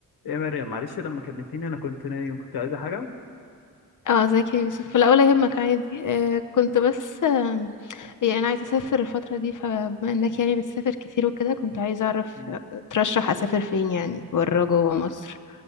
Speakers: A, on the left; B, on the left.
A: ايه يا مريم معلش لما كلمتيني انا كنت نايم كنت عايزه حاجه
B: اه ازيك يا يوسف لا ولا يهمك عادي آه كنت بس آم، يعني انا عايزه اسافر الفتره دي فبما انك يعني بتسافر كتير وكده كنت عايزه اعرف
A: مم.
B: آه، ترشح اسافر فين يعني بره جوه مصر